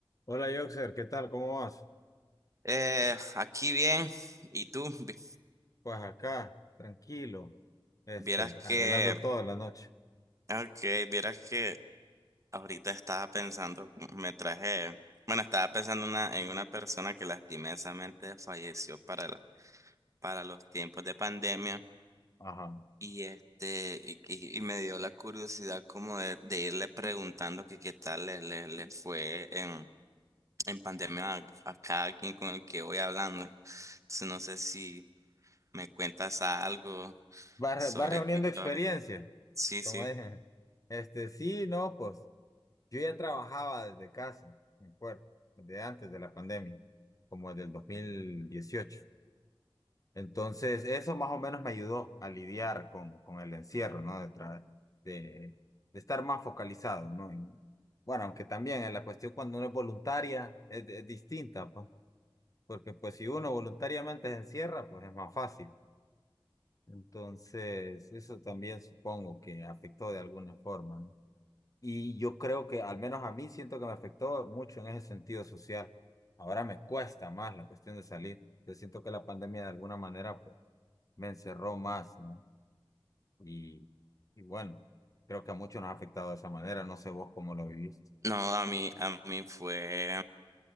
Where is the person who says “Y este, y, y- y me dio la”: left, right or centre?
Right